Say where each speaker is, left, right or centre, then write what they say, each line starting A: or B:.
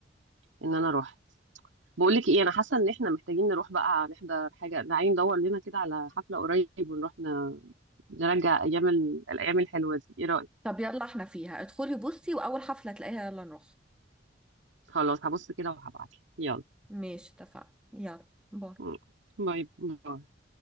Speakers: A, on the right (about 85°); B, in the centre.
A: ان انا رحت بقول لك ايه انا حاسه ان احنا محتاجين نروح بقى نحضر حاجه تعالي ندور لنا كده على حفله قريب ونروح ن- نرجع ايام ال- الايام الحلوه دي ايه رايك
B: طب يلا احنا فيها ادخلي بصي وأول حفلة تلاقيها يلا نروح
A: خلاص هبص كده وهبعت يلا
B: ماشي اتفقنا يلا باي.
A: م. باي باي